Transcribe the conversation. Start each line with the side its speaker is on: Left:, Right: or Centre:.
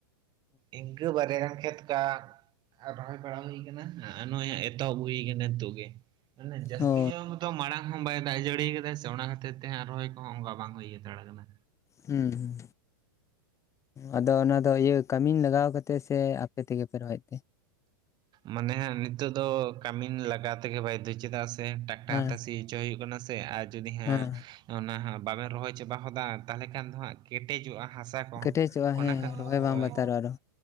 Right: ᱤᱝᱠᱟᱹ ᱵᱟᱨᱭᱟ ᱜᱟᱱ ᱠᱷᱮᱛ ᱠᱟ ᱟᱨ ᱨᱚᱦᱚᱭ ᱵᱟᱲᱟ ᱦᱩᱭ ᱠᱟᱱᱟ ᱟᱨ ᱱᱚᱜᱼᱚᱭ ᱦᱟᱸᱜ ᱮᱛᱚᱦᱚᱵ ᱦᱩᱭ ᱠᱟᱱᱟ ᱱᱤᱛᱚᱜ ᱜᱮ, ᱢᱟᱱᱮ ᱡᱟᱹᱥᱛᱤ
Left: ᱚ
Right: ᱧᱚᱜ ᱛᱚ ᱢᱟᱲᱟᱝ ᱦᱚᱸ ᱵᱟᱭ ᱫᱟᱜ ᱡᱟᱹᱲᱤ ᱠᱟᱫᱟᱭ ᱥᱮ ᱚᱱᱟ ᱠᱷᱟᱹᱛᱤᱨ ᱛᱮ ᱦᱟᱸᱜ ᱨᱚᱦᱚᱭ ᱠᱚᱦᱚᱸ ᱚᱝᱠᱟ ᱵᱟᱝ ᱦᱩᱭ ᱦᱟᱛᱟᱲ ᱠᱟᱱᱟ᱾
Left: ᱦᱩᱸ ᱦᱩᱸ᱾ ᱟᱫᱚ ᱚᱱᱟ ᱫᱚ ᱤᱭᱟᱹ ᱠᱟᱹᱢᱤ ᱞᱟᱜᱟᱣ ᱠᱟᱛᱮᱜ ᱥᱮ ᱟᱯᱮ ᱛᱮᱜᱮ ᱯᱮ ᱨᱚᱦᱚᱭᱮᱫ ᱛᱮ?
Right: ᱢᱟᱱᱮ ᱦᱟᱸᱜ ᱱᱤᱛᱚᱜ ᱫᱚ ᱠᱟᱹᱢᱤᱱ ᱞᱟᱜᱟᱣ ᱛᱮᱜᱮ ᱵᱟᱭᱫᱫᱷᱚ ᱪᱮᱫᱟᱜ ᱥᱮ ᱴᱟᱠᱴᱟᱨ
Left: ᱦᱮᱸ
Right: ᱛᱮ ᱥᱤ ᱦᱚᱪᱚ ᱦᱩᱭᱩᱜ ᱠᱟᱱᱟ ᱥᱮ ᱟᱨ ᱡᱩᱫᱤ ᱦᱟᱸᱜ
Left: ᱦᱮᱸ
Right: ᱚᱱᱟ ᱵᱟᱞᱮ ᱨᱚᱦᱚᱭ ᱪᱟᱵᱟ ᱦᱚᱫᱟ ᱛᱟᱦᱚᱞᱮ ᱠᱷᱟᱱ ᱫᱚ ᱦᱟᱸᱜ ᱠᱮᱴᱮᱡᱚᱜᱼᱟ ᱦᱟᱥᱟ ᱠᱚ
Left: ᱠᱮᱴᱮᱡᱚᱜᱼᱟ
Right: ᱚᱱᱟ
Left: ᱦᱮᱸ
Right: ᱠᱷᱟᱹᱛᱤᱨ
Left: ᱨᱚᱦᱚᱭ ᱵᱟᱝ
Right: ᱦᱳᱭ,
Left: ᱵᱟᱛᱟᱨᱚᱜᱼᱟ ᱟᱨᱚ